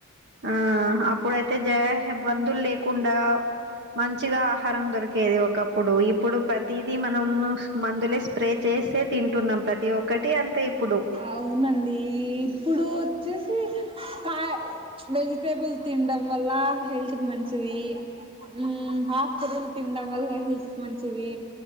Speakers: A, on the right; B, on the right.
A: ఆ అప్పుడైతే జరహ్ మందులు లేకుండా మంచిగా ఆహారం దొరికేది ఒకప్పుడు ఇప్పుడు ప్రతీదీ మనం మందులే స్ప్రే చేసే తింటున్నాం ప్రతి ఒక్కటి అంతే ఇప్పుడు
B: అవునండి ఇప్పుడు వచ్చేసి కాయ వెజిటేబుల్ తినడం వల్ల హెల్త్ కి మంచిది ఉమ్ ఆకుకూరలు తిండం వల్ల హెల్త్ కి మంచిది